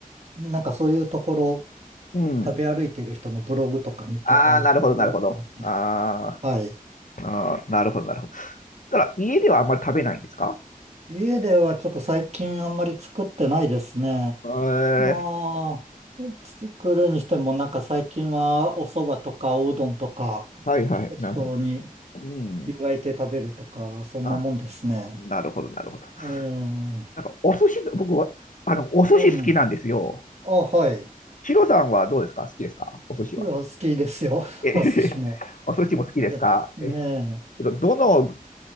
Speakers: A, on the right (about 50°); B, on the left (about 60°).
A: なんかそういうところ、
B: うん。
A: 食べ歩いている人のブログとか見て、
B: ああ、
A: あ、行ってみようって思って。
B: なるほど、なるほど。あ
A: はい。
B: ーあー、なるほど、なるほど。ただ、家ではあんまり食べないんですか
A: 家ではちょっと最近あんまり作ってないですね。
B: えー、
A: まあ、作るにしても、なんか最近はお蕎麦とかおうどんとか、
B: はいはい、
A: 適当に
B: なるほど。うん。
A: 湯がいて食べるとか、そんなもんですね。
B: あ、なるほど、なるほど。
A: ええ
B: なんか、お寿司と、僕は、あの、お寿司好きなんですよ。
A: うん。あ、はい。
B: ヒロさんはどうですか好きですかお寿司は。
A: いや、好きですよ。<laughs>
B: え、<laughs>
A: お寿司も。好
B: お寿司も好きですかえ、
A: きで。ねえ。
B: どの、